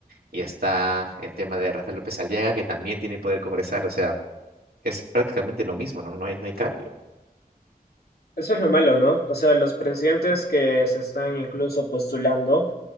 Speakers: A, on the right (about 80°); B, on the left (about 80°).
A: Y está el tema de Rafael López Aliaga, que también tiene poder congresal. O sea, es prácticamente lo mismo, ¿no? No hay, no hay cambio.
B: Eso es lo malo, ¿no? O sea, los presidentes que se están incluso postulando,